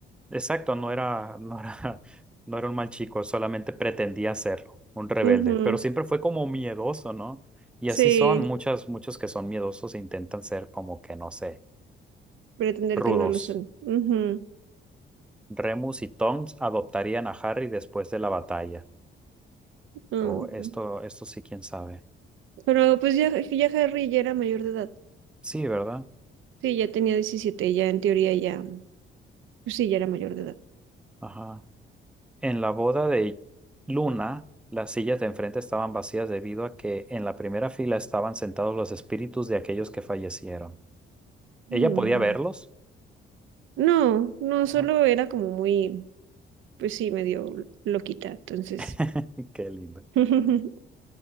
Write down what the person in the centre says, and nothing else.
Exacto, no era, no era, <laughs> no era un mal chico, solamente pretendía serlo, un rebelde,
pero siempre fue como miedoso, ¿no? Y
así son muchas, muchos que son miedosos e intentan ser como que, no sé,
rudos.
Remus y Tonks adoptarían a Harry después de la batalla.
Oh, esto, esto sí, quién sabe.
Sí, ¿verdad?
Ajá. En la boda de Luna, las sillas de enfrente estaban vacías debido a que en la primera fila estaban sentados los espíritus de aquellos que fallecieron. ¿Ella
podía verlos?
¿No?
<laughs> Qué lindo.